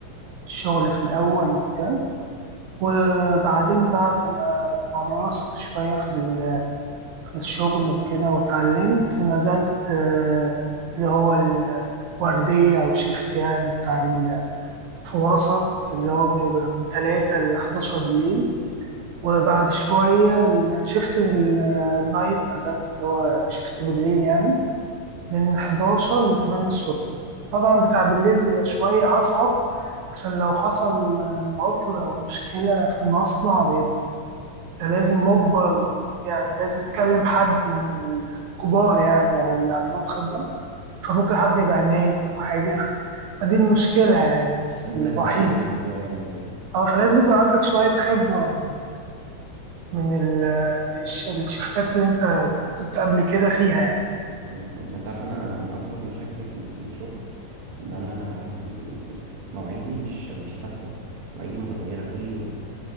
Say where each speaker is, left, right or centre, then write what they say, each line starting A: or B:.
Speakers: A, on the right; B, on the right.
A: الشغل في الأول وكده وبعدين بعد ما اتمرست شوية في ال الشغل وكده واتعلمت نزلت آه، اللي هو الوردية أو شيفت يعني بتاع ال- في وسط اللي هو بيبقى من تلاتة لحداشر بالليل وبعد شوية الشيفت النايت نزلت اللي هو شيفت بالليل يعني من حداشر لتمانية الصبح طبعا بتاع بالليل بيبقى شوية أصعب عشان لو حصل آه، عطلة أو مشكلة في المصنع انت لازم مجبر يعني لازم تكلم حد من الكبار يعني او اللي عندهم خبرة فممكن حد يبقى نايم او حاجة فدي المشكلة يعني بس
B: انت
A: الوحيد
B: اللي بتشيل الموضوع يعني كله
A: اه فلازم يكون عندك شوية خبرة من من ال- الش- الشفتات اللي انت كنت قبل كده فيها يعني
B: مم، انت عارف انا انا من اكبر مشاكلي في ال- في الشغل ان انا ال- مواعيدي مش مش ثابته مواعيدي متغيره كل يوم